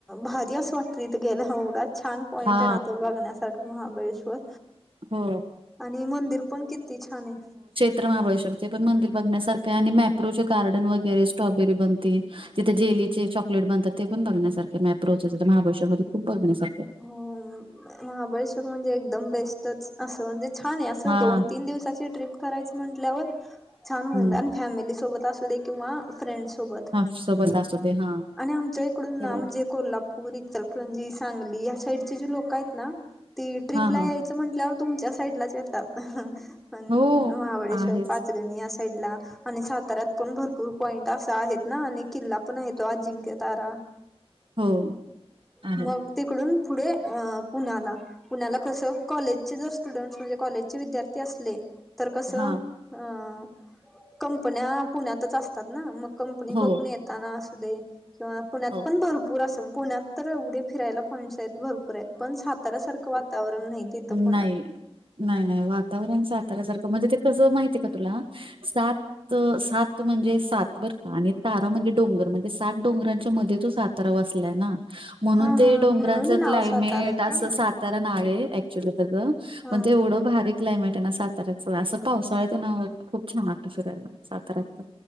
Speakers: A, in the centre; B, on the right.
A: भारी असं वाटतं इथं गेला एवढाच छान पॉईंट
B: हा
A: आहे ना तो बघण्यास सारखं महाबळेश्वर
B: हो
A: आणि मंदिर पण किती छान आहे.
B: तर महाबळेश्वरचे पण मंदिर बघण्यासारखं आहे आणि मॅप्रोचे गार्डन वगैरे स्ट्रॉबेरी बनती तिथे जेलीचे चॉकलेट बनतात ते पण बघण्यासारखे मॅप्रोचच महाबळेश्वर मध्ये खूप बघण्यासारखं आहे.
A: हो महाबळेश्वर म्हणजे एकदम बेस्टच असं म्हणजे छान आहे असं
B: हा
A: दोन-तीन दिवसाची ट्रिप करायचा म्हटल्यावर छान होऊन
B: हम्म
A: देन आणि फॅमिली सोबत असू दे किंवा फ्रेंड सोबत
B: हा सोबत असू दे हा
A: आणि आमच्या इकडून
B: फिरायला
A: ना म्हणजे कोल्हा पूर इचलकरंजी, सांगली या साईड जे लोक आहेत ना ती ट्ररीपला
B: हा हा
A: याय चा म्हटल्यावर तुमच्या साईडलाच येतात पण
B: हो
A: महाबळेवर
B: आहेच
A: पाचग नी या साईडला. आणि साताऱ्यात पण भरपूर पॉइंट असा आहेत ना आणि किल्ला पण आहे तो अजिंक्य तारा.
B: हो आहे
A: मग तिकडून पुढे अ पुण्याला. पुण्याला कसं कॉलेजचे जर स्टुडंट्स म्हणजे कॉलेजचे विद्यार्थी असले तर कसं
B: हा
A: अ कंपन्या पुण्यातच असतात ना मग कंपनी
B: हो
A: बघून येत ताना असूदे किंवा पुण्यात
B: हो
A: पण भरपूर असं पुण्यात तर एवढे फिरायला पॉइंट्स आहेत भरपूर आहेत पण साताऱ्यासारखं वातावरण नाही तिथं पुण्यात.
B: नाही नाही नाही वातावरण साताऱ्यासारखं म्हणजे ते कसं माहिती आहे का तुला सात सात म्हणजे सात बरं का आणि तारा म्हणजे डोंगर म्हणे ते सात डोंगरांच्या मध्ये तो सातारा बसलाय ना म्हणून
A: हा
B: ते
A: हा
B: डोंगरांच
A: म्हणून नाव
B: क्लायमेट
A: सातारा आहे
B: अस
A: का
B: तारा नाव आहे ऍक्च्युली सगळं
A: हा
B: पण ते एवढं भारी क्लायमेट आहे ना साताऱ्याचं असं पावसळ्यात ना खूप छान वाटतं फिरायला साताऱ्याचा.